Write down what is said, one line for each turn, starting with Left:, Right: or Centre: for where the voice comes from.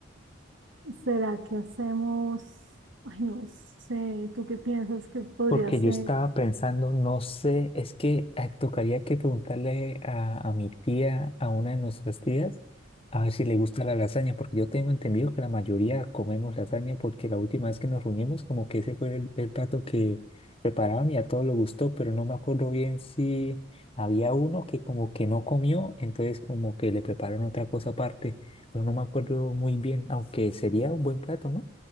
Right: será que hacemos? Ay, no sé, ¿tú qué piensas que podría
Left: Porque
Right: ser?
Left: yo estaba pensando, no sé, es que eh, tocaría que preguntarle a, a mi tía, a una de nuestras tías, a ver si le gusta la lasaña, porque yo tengo entendido que la mayoría comemos lasaña, porque la última vez que nos reunimos, como que ese fue el, el plato que prepararon y a todos les gustó, pero no me acuerdo bien si había uno que como que no comió, entonces como que le prepararon otra cosa aparte, pero no me acuerdo muy bien, aunque sería un buen plato, ¿no?